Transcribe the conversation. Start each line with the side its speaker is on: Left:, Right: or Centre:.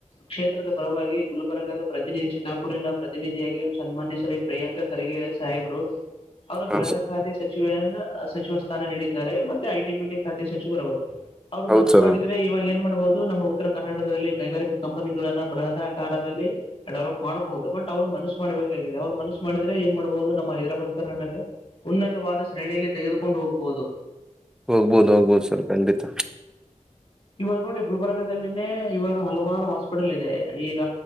Left: ಕ್ಷೇತ್ರದ ಪರವಾಗಿ ಗುಲ್ಬರ್ಗದ ಪ್ರತಿನಿಧಿ ಚಿತಾಪೂರಿನ ಪ್ರತಿನಿಧಿಯಾಗಿ ಸನ್ಮಾನ್ಯ ಶ್ರೀ ಪ್ರಿಯಾಂಕಾ ಖರ್ಗೆ ಸಾಹೇಬರು ಅವರು ಗೃಹ
Centre: ಹೌದು ಸರ್
Left: ಖಾತೆ ಸಚಿವ ಸಚಿವ ಸ್ಥಾನ ನೀಡಿದ್ದಾರೆ ಚಐಿ ಬಿಟ್ಟ ಖಾತೆ ಸಚಿವರವರು ಅವರು
Centre: ಹೌದು
Left: ಮನಸ್ು
Centre: ಸರ್
Left: ಮಾಡಿದ್ರ
Centre: ಹೌದು
Left: ಇವ ನ್ ಮಾಡ್ಬಹುದು ನಮ್ಮ ಉತ್ತರ ಕರ್ನಾಟಕದಲ್ಲಿ ಕೈಗಾರಿಕಾ ಕಂಪನಿಗಳನ್ನ ಬೃಹಾಕಾರದಲ್ಲಿ ಡೆವಲಪ್ ಮಾಡ್ಬಹುದು ಬಟ್ ಅವರು ಮನಸ್ಸ ಮಾಡಬೇಕಾಗಿದೆ ಅವ್ರು ಮನಸ್ಸು ಮಾಡಿದ್ರೆ ಏನ್ ಮಾಡ್ಬಹುದು ನಮ್ಮ ಹೈದರಾಬಾದ್ ಕರ್ನಾಟಕ ಉನ್ನತವಾದ ಶ್ರೇಣಿಯಲ್ಲಿ ತೆಗೆದುಕೊಂಡು ಹೋಗ್ಬಹುದು
Centre: ಹೋಗ್ಬೋದು ಹೋಗ್ಬೋದು ಸರ್ ಖಂಡಿತ
Left: ಇವಾಗ ನೋಡಿ ಗುಲ್ಬರ್ಗದಲ್ಲಿನೇ ಇವಾಗ ಹಲವಾರು ಹಾಸ್ಪಿಟಲ್ ಇದೆ ಈಗ